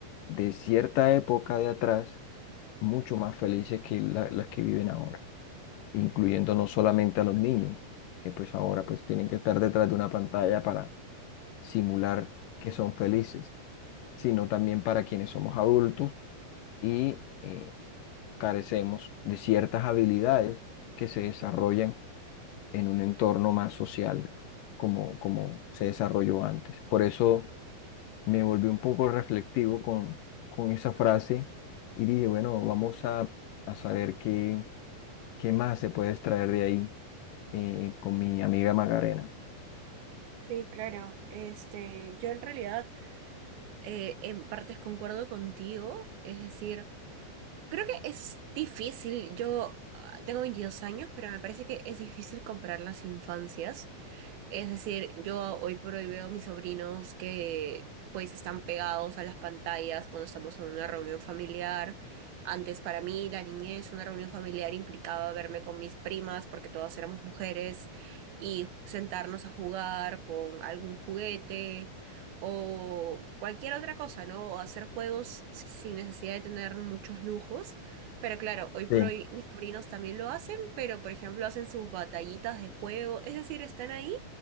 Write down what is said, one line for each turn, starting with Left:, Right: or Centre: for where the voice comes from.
Left: de cierta época de atrás mucho más felices que la- las que viven ahora incluyendo no solamente a los niños, que pues ahora pues tienen que estar detrás de una pantalla para simular que son felices, sino también para quienes somos adultos y eh, carecemos de ciertas habilidades que se desarrollan en un entorno más social, como, como se desarrolló antes. Por eso me volví un poco reflectivo con, con esa frase y dije, bueno, vamos a, a saber qué, qué más se puede extraer de ahí eh, con mi amiga Macarena.
Right: Sí, claro. Este, yo en realidad eh, en partes concuerdo contigo, es decir, creo que es difícil. Yo ah, tengo 22 años, pero me parece que es difícil comparar las infancias. Es decir, yo hoy por hoy veo a mis sobrinos que pues están pegados a las pantallas cuando estamos en una reunión familiar. Antes para mí, la niñez, una reunión familiar implicaba verme con mis primas porque todas éramos mujeres y sentarnos a jugar con algún juguete o cualquier otra cosa, ¿no? O hacer juegos s- sin necesidad de tener muchos lujos. Pero claro, hoy por
Left: Sí,
Right: hoy mis sobrinos también lo hacen, pero por ejemplo hacen sus batallitas de juego, es decir, están ahí